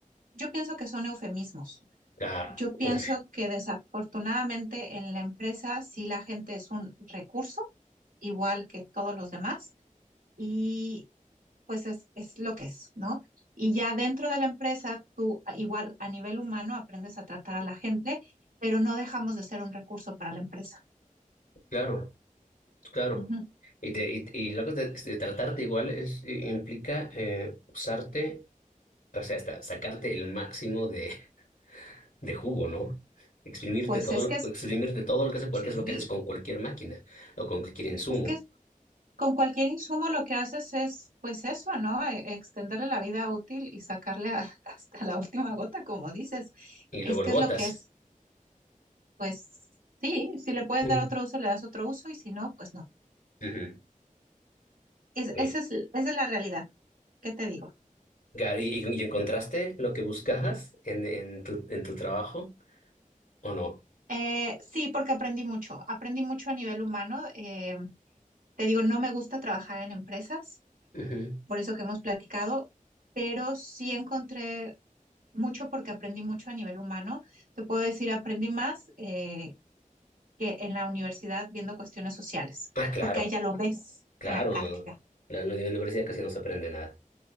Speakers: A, on the right; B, on the left.
A: Yo pienso que son eufemismos.
B: Claro,
A: Yo
B: obvio,
A: pienso que desafortunadamente en la empresa sí la gente es un recurso, igual que todos los demás, y pues es, es lo que es, ¿no? Y ya dentro de la empresa, tú a- igual a nivel humano aprendes a tratar a la gente, pero no dejamos de ser un recurso para la empresa.
B: claro, claro.
A: Ujú.
B: Y, te- y, y lo que te- de tratarte igual es, i- implica eh, usarte, o sea, hasta sacarte el máximo de, de jugo, ¿no? Exprimirte
A: Pues
B: todo,
A: es
B: lo-
A: que
B: exprimirte todo lo que haces, porque
A: Sí,
B: es lo que haces con cualquier máquina o con cualquier insumo,
A: es que con cualquier insumo lo que haces es, pues eso, ¿no? E- Extenderle la vida útil y sacarle a- <laughs> hasta la última gota, como dices.
B: y
A: Es
B: luego
A: que
B: lo botas.
A: es lo que es, pues sí, si le puedes
B: Ujú.
A: dar otro uso, le das otro uso y si no, pues no.
B: Ujú,
A: Es-
B: bien.
A: esa es, esa es la realidad, ¿qué te digo?
B: Claro, ¿y, y- y encontraste lo que buscabas en, en tu, en tu trabajo o no?
A: Eh, sí, porque aprendí mucho, aprendí mucho a nivel humano. eh, te digo, no me gusta trabajar en empresas,
B: Ujú.
A: por eso que hemos platicado, pero sí encontré mucho porque aprendí mucho a nivel humano. Te puedo decir, aprendí más eh, que en la universidad viendo cuestiones sociales,
B: Ah, claro.
A: porque ahí ya lo ves
B: Claro,
A: en la práctica.
B: la, la universidad casi no se aprende nada.